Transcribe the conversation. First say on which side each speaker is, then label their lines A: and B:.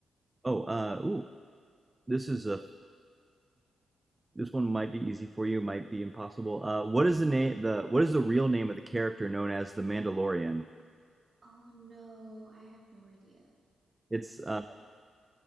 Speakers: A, on the right (about 20°); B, on the right (about 45°).
A: Oh, uh ooh, this is a this one might be easy for you, might be impossible. Uh what is the name the what is the real name of the character known as the Mandalorian?
B: Oh no, I have no idea.
A: It's uh
B: Uh,